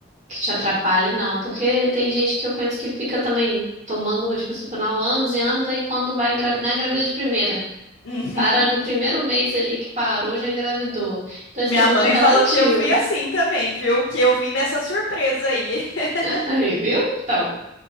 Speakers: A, on the right; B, on the left.
A: que te atrapalhe, não. Porque tem gente que eu conheço que fica também tomando anticoncepcional anos e anos, aí quando vai engravidar, engravida de primeira.
B: Uhum.
A: Para no primeiro mês ali que parou, já engravidou. Então isso
B: Minha
A: é muito
B: mãe
A: relativo.
B: falou que eu fui assim também, viu? Que eu vim nessa surpresa aí. <laughs>
A: <laughs> Aí, viu? Então.